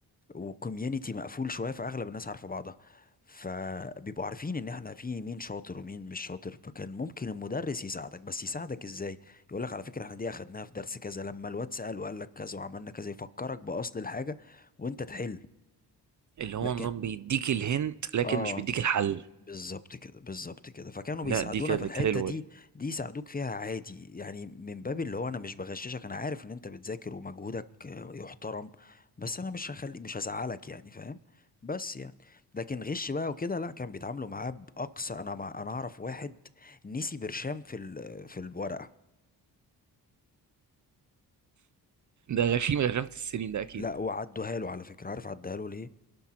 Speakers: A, on the left; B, on the right.
A: وكوميونتي مقفول شويه فاغلب الناس عارفه بعضها فبيبقوا عارفين ان احنا في مين شاطر ومين مش شاطر فكان ممكن المدرس يساعدك بس يساعدك ازاي يقول لك على فكره احنا دي اخدناها في درس كذا لما الواد سال وقال لك كذا وعملنا كذا يفكرك باصل الحاجه وانت تحل
B: اللي هو
A: لكن
B: نظام بيديك الهنت لكن
A: اه
B: مش بيديك الحل
A: بالظبط كده بالظبط كده فكانوا
B: لا
A: بيساعدونا
B: دي كانت
A: في الحتة
B: حلوة
A: دي
B: دي
A: دي يساعدوك فيها عادي يعني من باب اللي هو انا مش بغششك انا عارف ان انت بتذاكر ومجهودك آه، يحترم بس انا مش هخلي مش هزعلك يعني فاهم بس يعني لكن غش بقى وكده لا كان بيتعاملوا معاه بأقصى انا مع انا اعرف واحد نسي برشام في ال... في الورقة
B: ده غشيم غشمت السنين ده اكيد
A: لا وعدوها له على فكرة عارف عدها له ليه